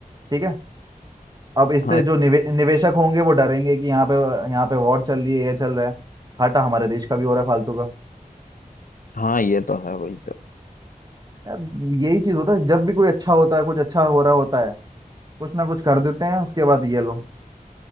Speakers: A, on the right; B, on the left.
A: ठीक है अब इससे
B: हाँ
A: जो निवे, निवेशक होंगे वो डरेंगे कि यहाँ पे यहाँ पे वॉर चल रही है ये चल रहा है घाटा हमारे देश का भी हो रहा है फालतू का
B: हाँ ये तो है भाई तो
A: यार यही चीज होता है जब भी कोई अच्छा होता है कुछ अच्छा हो रहा होता है कुछ ना कुछ कर देते हैं उसके बाद ये लोग